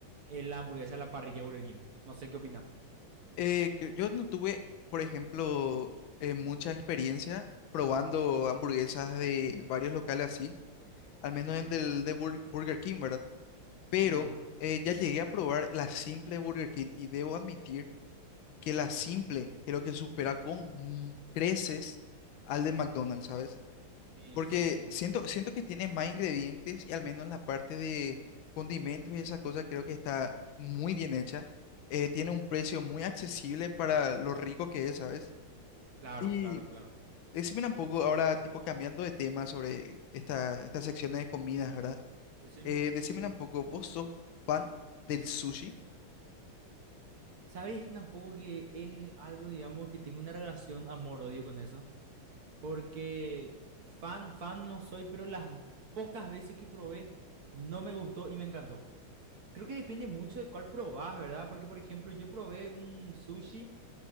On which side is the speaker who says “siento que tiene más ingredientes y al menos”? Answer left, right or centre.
Left